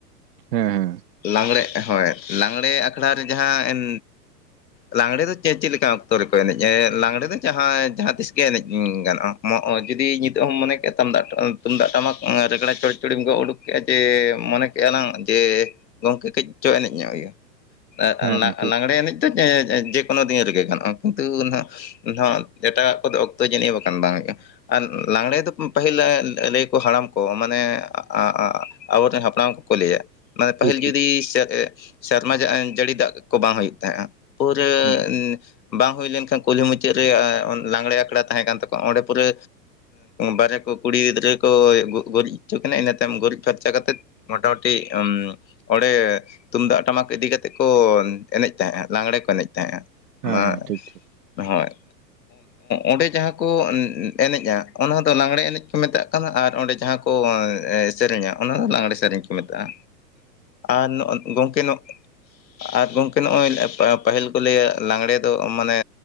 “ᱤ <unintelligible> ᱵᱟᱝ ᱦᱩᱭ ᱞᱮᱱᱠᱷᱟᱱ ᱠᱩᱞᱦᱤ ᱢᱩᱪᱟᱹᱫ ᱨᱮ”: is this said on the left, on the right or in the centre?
Left